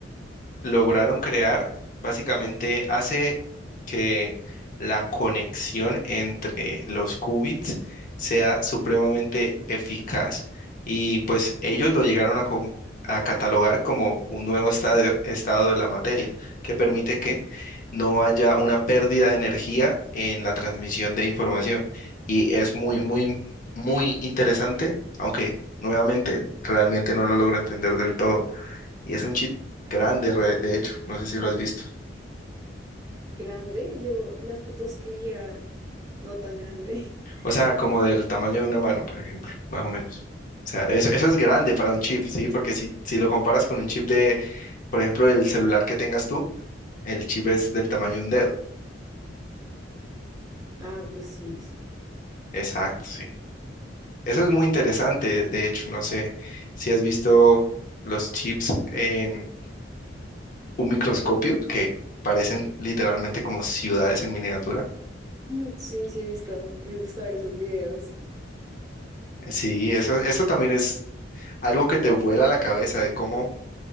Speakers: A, on the left; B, on the right.
A: lograron crear básicamente hace que la conexión entre los qubits sea supremamente eficaz. Y pues ellos lo llegaron a, com- a catalogar como un nuevo estadio- estado de la materia, que permite que no haya una pérdida de energía en la transmisión de información. Y es muy, muy, muy interesante, aunque nuevamente realmente no lo logro entender del todo. Y es un chip grande, re- de hecho, no sé si lo has visto.
B: grande. Yo las fotos que viera, no tan grande. <laughs>
A: O sea, como del tamaño de una mano, por ejemplo, más o menos. O sea, eso, eso es grande para un chip, ¿sí? Porque si, si lo comparas con un chip de, por ejemplo, el celular que tengas tú, el chip es del tamaño de un dedo.
B: Ah, pues sí, sí.
A: Exacto, sí. Eso es muy interesante, de hecho, no sé si has visto los chips en un microscopio que parecen literalmente como ciudades en miniatura.
B: Mm, Sí, sí he visto, me gusta ver esos videos.
A: Sí,
B: Son-
A: eso, eso también es algo que te vuela la cabeza de cómo